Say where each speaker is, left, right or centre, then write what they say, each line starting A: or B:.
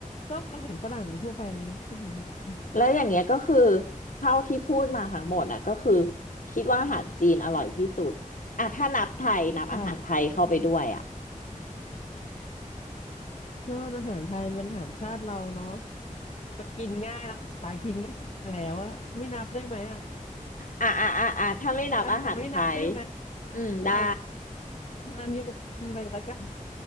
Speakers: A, on the left; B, on the left.
A: ก็อาหารฝรั่งทั่วไปอะเนาะพวกนั้นอะอืม
B: แล้วอย่างเงี้ยก็คือเท่าที่พูดมาทั้งหมดอ่ะก็คือคิดว่าอาหารจีนอร่อยที่สุดอ่ะถ้านับไทยนับอาหารไทยเข้าไปด้วยอ่ะ
A: ใช่ ก็อาหารไทยเป็นอาหารชาติเราเนาะมันกินง่ายแล้วหากินง่ายอยู่แล้วอะไม่นับได้ไหมอะ
B: อ่ะอ่ะอ่ะอ่ะถ้าไม่นับอาหารไทย
A: อันนั้นไม่นับได้ไหม
B: อืมได้
A: เออมันยกมันไปแล้วกัน